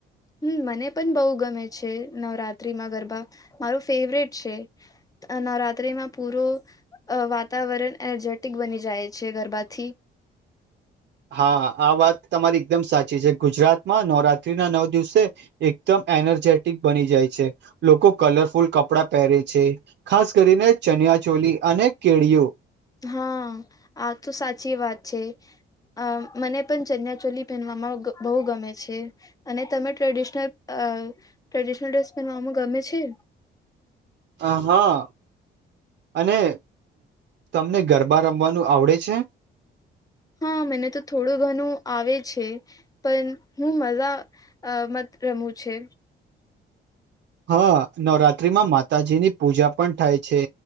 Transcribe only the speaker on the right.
હા આ વાત તમારી એકદમ સાચી છે ગુજરાતમાં નવરાત્રી ના નવ દિવસે એકદમ એનર્જેટિક બની જાય છે લોકો કલરફુલ કપડા પહેરે છે. ખાસ કરીને ચનિયા ચોલી અને કેળિઓ.
અ હા અને તમને ગરબા રમવાનું આવડે છે.
હા નવરાત્રીમાં માતાજીની પૂજા પણ થાય છે.